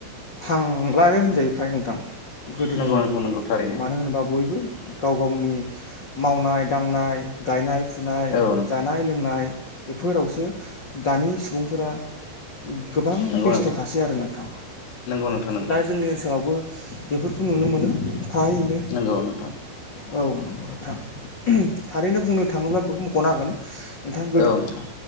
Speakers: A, on the left; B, on the left.
A: थांलानो होनजायो फ्राय नोंथां। गोदोनि
B: नंगौ
A: बायदि
B: नोंथां नंगौ थारैनो
A: मानो होनोबा बयबो गाव गावनि मावनाय दांनाय गायनाय फुनाय
B: औ नोंथां
A: जानाय लोंनाय बेफोरावसो दानि सुबुंफोरा गोबां
B: नंगौ
A: बेस्थ'
B: नोंथां
A: थासै आरो नोंथां
B: नंगौ नोंथां नंगौ
A: दा जोंनि ओनसोलावबो बेफोर खौ नुनो मोनो थाहैनो
B: नंगौ नोंथां
A: औ नंगौ नोंथां। थारैनो बुंनो थाङोब्ला बेखौ मख'नो हागोन नोंथाङा
B: औ नोंथां